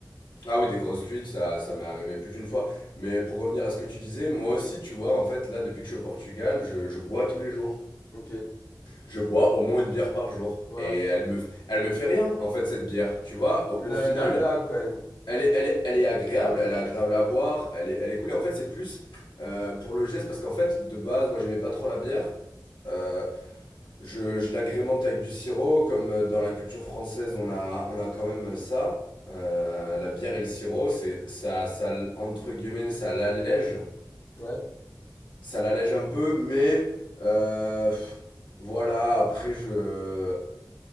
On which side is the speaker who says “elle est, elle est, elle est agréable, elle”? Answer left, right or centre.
Left